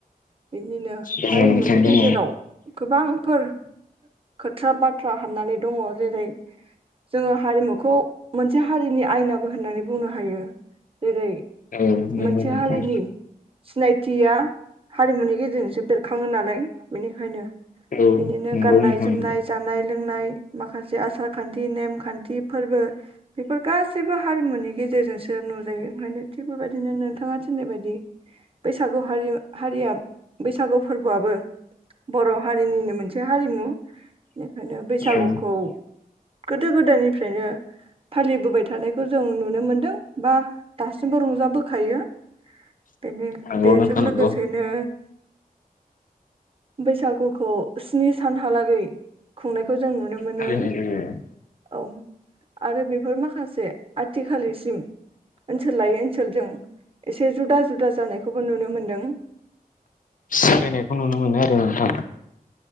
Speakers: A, on the right; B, on the left.
A: बिदिनो
B: दङ
A: हारिमुनि
B: नोंथां दङ
A: गेजेराव गोबांफोर <inaudible> खोथ्रा बाथ्रा हाबनानै दङ जेरै जोङो हारिमुखौ मोनसे हारिनि आयनाबो होननानै बुंनो हायो। जेरै
B: औ नोंगौ
A: मोनसे
B: नोंथां।
A: हारिनि सिनायथिया हारिमुनि गेजेरजोंसो बेरखाङो नालाय बेनिखायनो
B: औ
A: बेनिनो
B: नोंगौ
A: गाननाय
B: नोंथां।
A: जोमनाय
B: नंगौ
A: जानाय लों लोंनाय माखासे आसार खान्थि नेमखान्थि फोरबो बेफोर गासैबो हारिमुनि गेजेरजोंसो नुजायो ओंखायनो थिग बेबायदिनो नोंथाङा थिननाय बायदि बैसाग गौ हारिमा हारियाब बैसागु फोरबोआबो बर' हारिनिनो मोनसे हारिमु। बेनिखायनो बैसागुखौ
B: औ
A: गोदो गोदायनिफ्रायनो फालिबोबाय थानायखौ जों नुनो मोनदों बा दासिमबो रंजाबोखायो। बेनि
B: नंगौ
A: बेजों
B: नोंथां
A: लोगोसेनो
B: नंगौ
A: बैसागुखौ स्नि सानहालागै गै खुंनाय खौ जों नुनो मोनो
B: फालिनाय
A: औ। आरो बेफोर माखासे आथिखालसिम ओनसोल लायै फोरजों एसे जुदा जुदा जानायखौबो नुनो मोन्दों।
B: सोलायनायखौ नुनो मोनो आरो नोंथां।